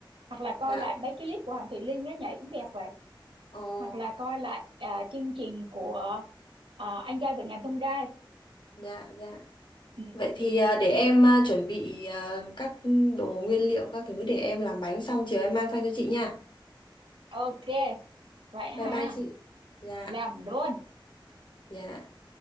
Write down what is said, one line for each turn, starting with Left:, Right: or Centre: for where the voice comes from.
Right: hoặc là coi
Left: Dạ.
Right: lại mấy cái clip của Hoàng Thùy Linh nó nhảy cũng đẹp vậy
Left: Ồ,
Right: hoặc là coi lại à, chương trình của à, anh trai vượt ngàn chông gai
Left: dạ dạ.
Right: ừ.
Left: Vậy thì ờ, để em ờ, chuẩn bị ờ, các đồ nguyên liệu các thứ để em làm bánh xong chiều em mang sang cho chị nha.
Right: ok vậy ha
Left: bye bye chị Dạ,
Right: làm luôn
Left: dạ.